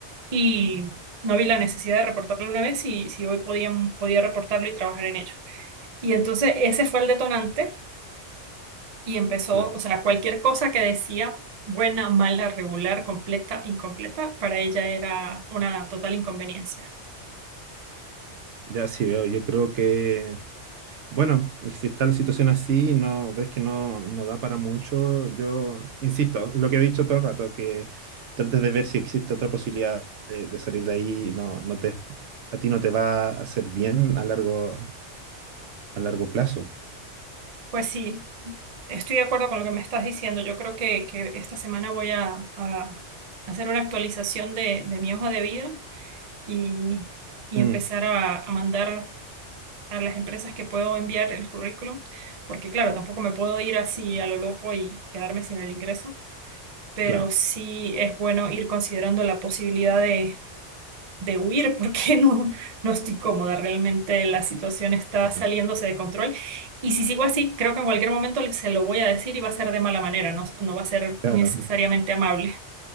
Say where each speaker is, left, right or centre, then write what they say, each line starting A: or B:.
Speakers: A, on the right (about 45°); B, on the right (about 75°).
A: y no vi la necesidad de reportarlo una vez y si hoy podía, podía reportarlo y trabajar en ello. Y entonces ese fue el detonante y empezó,
B: Claro,
A: o sea, cualquier cosa que decía, buena, mala, regular, completa, incompleta, para ella era una total inconveniencia.
B: ya sí veo, yo creo que, bueno, si está la situación así, y no ves que no, no da para mucho, yo insisto, lo que he dicho todo el rato, que trates de ver si existe otra posibilidad de, de salir de ahí, no, no te, a ti no te va a hacer bien a largo, a largo plazo.
A: Pues sí, estoy de acuerdo con lo que me estás diciendo. Yo creo que, que esta semana voy a, a hacer una actualización de, de mi hoja de vida y, y
B: Mm,
A: empezar a, a mandar a las empresas que puedo enviar el currículum, porque claro, tampoco me puedo ir así a lo loco y quedarme sin el ingreso, pero
B: claro,
A: sí es bueno ir considerando la posibilidad de de huir porque <laughs> no, no estoy cómoda. Realmente la situación está
B: ya,
A: saliéndose de control. Y si sigo así, creo que en cualquier momento se lo voy a decir y va a ser de mala manera, no, no va a ser
B: claro,
A: necesariamente amable.